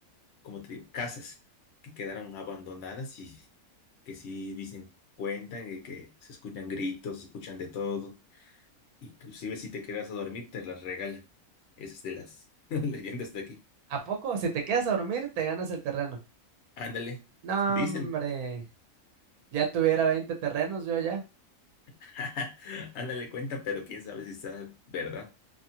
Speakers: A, on the left; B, on the right.
A: como te digo, casas que quedaron abandonadas y que sí dicen, cuentan y que se escuchan gritos, se escuchan de todo. Inclusive si te quedas a dormir, te las regalan. Esa es de las <laughs> leyendas de aquí.
B: ¿A poco? Si te quedas a dormir, te ganas el terreno.
A: Ándale,
B: No,
A: dicen.
B: hombre. Ya tuviera 20 terrenos yo ya.
A: <laughs> Ándale, cuentan, pero quién sabe si está verdad.